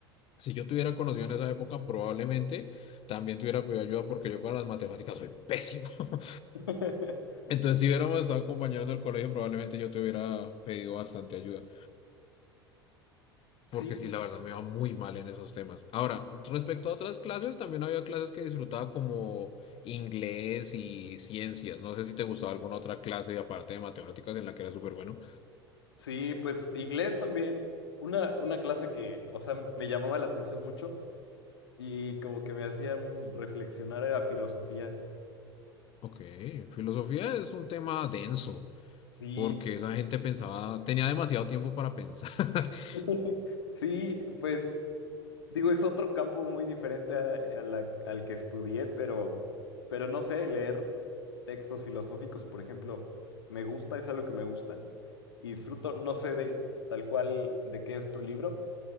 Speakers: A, on the left; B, on the left.
A: Si yo tuviera conocido en esa época, probablemente también tuviera pedido ayuda porque yo para las matemáticas soy pésimo. <laughs>
B: <laughs>
A: Entonces, si hubiéramos estado compañeros del colegio, probablemente yo te hubiera pedido bastante ayuda,
B: Sí,
A: porque sí, la verdad me va muy mal en esos temas. Ahora, respecto a otras clases, también había clases que disfrutaba como inglés y ciencias. No sé si te gustaba alguna otra clase aparte de matemáticas en la que era súper bueno.
B: sí, pues inglés también. Una, una clase que, o sea, me llamaba la atención mucho y como que me hacía mm, reflexionar a filosofía.
A: Ok, filosofía es un tema denso,
B: Sí,
A: porque esa gente pensaba, tenía demasiado tiempo para pensar. <laughs>
B: <laughs> sí, pues. Digo, es otro campo muy diferente a- a la- al que estudié, pero, pero no sé, leer textos filosóficos, por ejemplo, me gusta, es algo que me gusta y disfruto, no sé de tal cual de qué es tu libro,